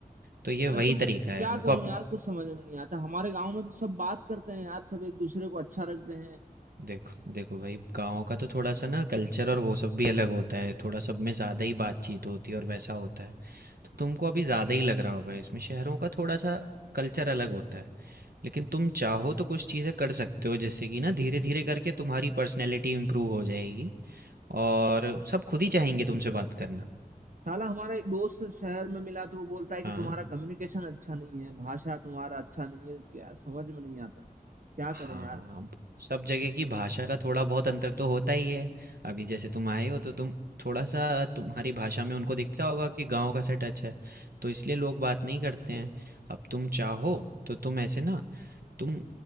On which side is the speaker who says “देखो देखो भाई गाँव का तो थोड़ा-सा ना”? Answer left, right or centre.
Right